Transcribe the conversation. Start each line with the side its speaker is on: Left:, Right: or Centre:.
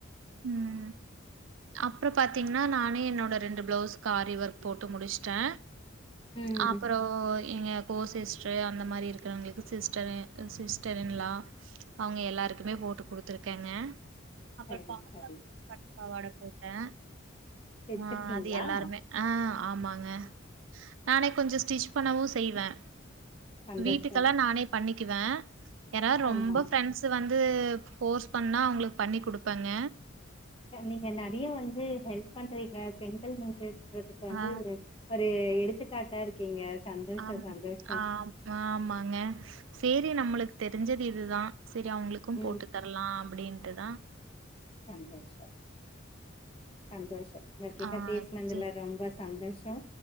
Right: ம் அப்றோ பாத்தீங்கனா நானே என்னோட ரெண்டு ப்ளவுஸ்க்கு ஆரி வர்க் போட்டு முடுச்சுட்டே
Left: ம்.
Right: அப்பறோ ஓ எங்க கோ சிஸ்டுரு அந்த மாரி இருக்கறவங்களுக்கு சிஸ்டரு சிஸ்டர் இன் லா அவ்ங்க எல்லாருக்குமே போட்டு குடுத்துருக்கேங்க அப்பறோ
Left: சரி,
Right: பாப்பாக்கு
Left: சரி.
Right: பட்டுப்பாவாட போட்டே
Left: வச்சிருக்கீங்களா?
Right: ஆ அது எல்லாருமே ஆ ஆமாங்க நானே கொஞ்சோ ஸ்டிச் பண்ணவு செய்வே
Left: சந்தோஷம்
Right: வீட்டுக்கெல்லா நானே பண்ணிக்கிவே யாரா ரொம்ப
Left: ஆமா
Right: ஃப்ரெண்ட்ஸ் ஸு வந்து ஃபோர்ஸ் பண்ணா அவ்ங்களுக்கு பண்ணி குடுப்பேங்க
Left: நீங்க நறையா வந்து ஹெல்ப் பண்றீங்க பெண்கள் முன்றேற்றதுக்கு வந்து
Right: ஆ
Left: ஒரு ஒரு எடுத்துக்காட்டா இருக்கீங்க சந்தோஷோ
Right: ஆம்
Left: சந்தோஷோ
Right: ஆம் ஆமாங்க சேரி நம்மளுக்கு தெருஞ்சது இதுதா சேரி அவ்ங்களுக்கு
Left: ம்
Right: போட்டு தர்லா அப்பிடின்ட்டுதா
Left: சந்தோஷோ சந்தோஷோ உங்ககிட்ட
Right: ஆ
Left: பேசுனதுல
Right: சே
Left: ரொம்ப ச சந்தோஷோ